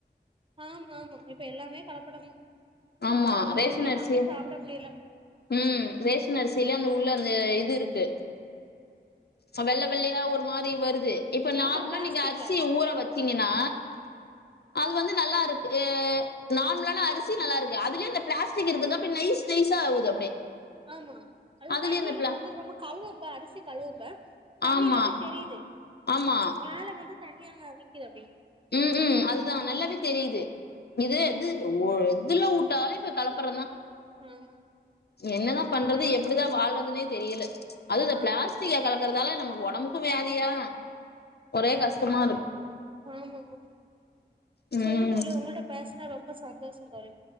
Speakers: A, on the right (about 30°); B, on the left (about 60°).
A: ஆமா ஆமா இப்ப எல்லாமே கலப்படந்தா
B: ஆமா ரேஷன்
A: எதையுமே
B: அரிசி
A: நம்பி சாப்ட முடியல
B: உம் ரேஷன் அரிசில்ல அந்த உள் த்துவந்து இது இருக்கு வெள்ள வெள்ளையா ஒரு மாரி வருது இப்ப நார்மலா
A: அதா பிளாஸ்டிக்ல
B: நீங்க அரிசிய ஊற வச்சீங்கன்னா அது வந்து நல்லா இருக்கு நார்மலான அரிசி நல்லாருக்கு அதுலயு இந்த பிளாஸ்டிக் இருக்குது அப்டி நைஸ் நைஸா ஆவுது அப்டியே
A: ஆமா அது
B: அதுலயே
A: தண்ணீல
B: இந்த பிளா
A: தான்ந்துது நம்ம கழுவ அரிசி கழுவுங்க தண்ணியில
B: ஆமா
A: அப்டி தெரியுது
B: ஆமா
A: மேல வந்து தனியாங்க நிக்குது அப்டி
B: உம் உம் அதுதா நல்லாவே தெரியுது இது எது எதுல வுட்டாலு கலப்புற தா
A: ஆமா
B: என்னதா பண்றது
A: அதே
B: எப்டிதா வாழ்றதுன்னே தெரியல அதுத
A: ஆமா
B: பிளாஸ்டிக்க கலக்குறதால நம்ம உடம்பக்கு வியாதியா ஒரே கஷ்டமா இருக்
A: ஆமா ஆமா
B: ம்
A: சேரி தோழி உங்கள்ட பேசுனா ரொம்ப சந்தோஷோ தோழி